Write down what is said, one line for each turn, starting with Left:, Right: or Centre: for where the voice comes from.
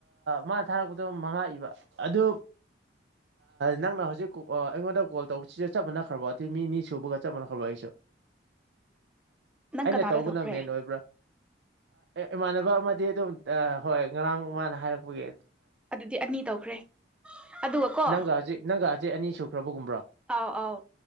Right: ꯃꯥ ꯊꯥꯔꯛꯄꯗꯣ ꯃꯉꯥ ꯏꯕ ꯑꯗꯨ ꯅꯪꯅ ꯍꯧꯖꯤꯛ ꯑꯩꯉꯣꯟꯗ ꯀꯣꯜ ꯇꯧꯕꯁꯤꯁꯨ ꯆꯞ ꯃꯅꯈ꯭ꯔꯕꯣ ꯑꯇꯩ ꯃꯤꯅꯤ ꯁꯨꯕꯒ ꯆꯞ ꯃꯥꯟꯅꯈ꯭ꯔꯕꯣ ꯑꯩꯁꯨ
Centre: ꯅꯪ
Right: ꯑꯩꯅ
Centre: ꯀꯅꯥꯗ
Right: ꯇꯧꯕꯅ
Centre: ꯇꯧꯈ꯭ꯔꯦ
Right: ꯃꯦꯟ ꯑꯣꯏꯕ꯭ꯔꯥ ꯏꯃꯥꯟꯅꯕ ꯑꯃꯗꯤ ꯑꯗꯨꯝ ꯍꯣꯏ ꯉꯔꯥꯡ ꯃꯥꯅ ꯍꯥꯏꯔꯛꯄꯒꯤ
Centre: ꯑꯗꯨꯗꯤ ꯑꯅꯤ ꯇꯧꯈ꯭ꯔꯦ ꯑꯗꯨꯒ ꯀꯣ
Right: ꯅꯪ ꯍꯧꯖꯤ ꯅꯪ ꯦꯅꯤ ꯁꯨꯈ꯭ꯔꯕꯒꯨꯝ
Centre: ꯑꯥꯎ ꯑꯥꯎ